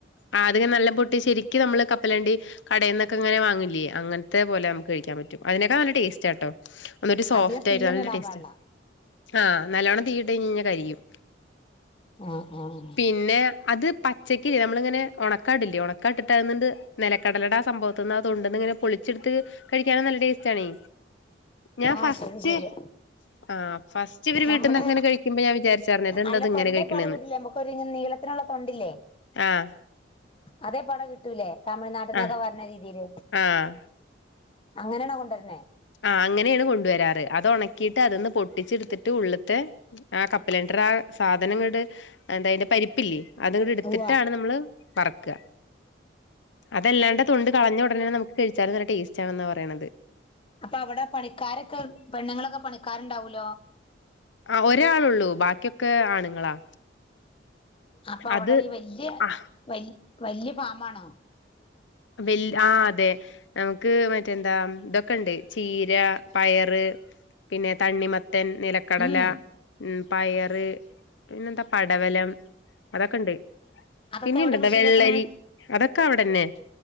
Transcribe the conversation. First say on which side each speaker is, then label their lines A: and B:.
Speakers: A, on the left; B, on the left.
A: ആഹ് അത്ങ്ങനെ നല്ല പൊട്ടി ശെരിക്ക് നമ്മള് കപ്പലണ്ടി. കടേന്നൊക്കെ ഇങ്ങനെ വാങ്ങൂല്ലേ അങ്ങനത്തെ പോലെ നമുക്ക് കഴിക്കാൻ പറ്റും അതിനേക്കാ നല്ല ടേസ്റ്റാട്ടോ. ഒന്ന് ഒരു സോഫ്റ്റായിട്ട്
B: അധികം തീയൊന്നും
A: നല്ല
B: ഇടാൻ
A: ടേസ്റ്റാ
B: പാടില്ല
A: ആഹ് നല്ലവണ്ണം തീയിട്ട് കഴിഞ്ഞ് കഴിഞ്ഞ കരിയും.
B: ആഹ് ആഹ്
A: പിന്നെ അത് പച്ചക്കില്ലെ നമ്മളിങ്ങനെ ഉണക്കാട്ല്ലേ ഉണക്കാട്ടിട്ട് അതിന്ക്ക്ട്ട് നിലക്കടലുടെ ആ സംഭവ തിന്നാ തൊണ്ട്ന്ന് ഇങ്ങനെ പൊളിച്ചെടുത്ത് കഴിക്കാനും നല്ല ടെസ്റ്റാണേ ഞാൻ
B: ആഹ്
A: ഫസ്റ്റ്
B: ശരി ശരി
A: ആഹ് ഫസ്റ്റ് ഇവര്
B: നമ്മള്
A: വീട്ടീന്ന് അങ്ങനെ കഴിക്കുമ്പോ ഞാൻ വിചാരിച്ചറിഞ്ഞ ഇതെന്താ
B: അല്ല
A: ഇത് ഇങ്ങനെ
B: തൊണ്ടേ
A: കഴിക്കണന്ന്
B: പട കിട്ടില്ലേ നമുക്കൊരു നീളത്തിനുള്ള തൊണ്ടില്ലേ
A: ആഹ്.
B: അതേ പോലെ കിട്ടൂലേ തമിഴ്നാട്ട്ന്നൊക്കെ
A: ആഹ്
B: വര്ണ രീതിയില്.
A: ആഹ്.
B: അങ്ങനെയണോ കൊണ്ടുവര്ന്നേ.
A: ആഹ് അങ്ങനെയാണ് കൊണ്ട് വരാറ് അത് ഉണക്കിയിട്ട് അതന്ന് പൊട്ടിച്ചെടുത്തിട്ട് ഉള്ളത്തെ. ആഹ് കപ്പലണ്ടർ ആഹ് സാധനങ്ങട് എന്തഅയ്ന്റെ പരിപ്പില്ലേ. അത് ഇങ് എടുത്തിട്ടാണ്
B: ഉവ്വ
A: നമ്മള് പറ്ക്ക അതല്ലാണ്ട് തൊണ്ട് കളഞ്ഞ ഉടനെ നമുക്ക്. കഴിച്ചാലും നല്ല ടേസ്റ്റ് ആണെന്നാ പറയണത്.
B: അപ്പൊ അവിടെ പണിക്കാരൊക്കെ പെണ്ണുങ്ങളൊക്കെ പണിക്കാരുണ്ടാവൂലോ?
A: ആഹ് ഒരാൾ ഒള്ളൂ ബാക്കിയൊക്കെ ആണുങ്ങളാ.
B: അപ്പൊ അവിടെ
A: അത്
B: ഈ വല്യ
A: ആ
B: വ വല്യ ഫാംആണോ?
A: വല്യ ആഹ് അതെ. നമുക്ക് മറ്റെ എന്താ ഇതൊക്കെ ഇണ്ട് ചീര പയറ്. പിന്നെ തണ്ണിമത്തൻ നിലക്കടല
B: ഉം
A: ഉം പയറ്. പിന്നെന്താ പടവലം അതൊക്കെ ഇണ്ട്
B: അതൊക്കെ
A: പിന്നെണ്ട്ട്ടാ
B: എവിടെ കൃഷി
A: വെള്ളരി.
B: ചെയ്തേക്കണേ
A: അതൊക്കെ അവിടെന്നെ